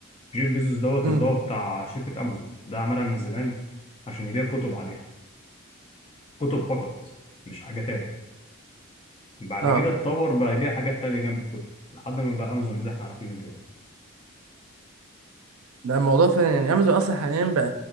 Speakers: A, on the left (about 25°); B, on the right (about 85°).
A: جيف بيزوس دوت
B: امم
A: اللي هو بتاع شركة أمازون ده عملها من زمان عشان يبيع كتب عليها كتب فقط مش حاجة تاني بعد
B: اه
A: كده اتطور بقى يبيع حاجات تانية جنب الكتب لحد ما بقى أمازون اللي احنا عارفينه دلوقتي
B: ده الموضوع فعلا يعني امازون اصلا حاليا بقى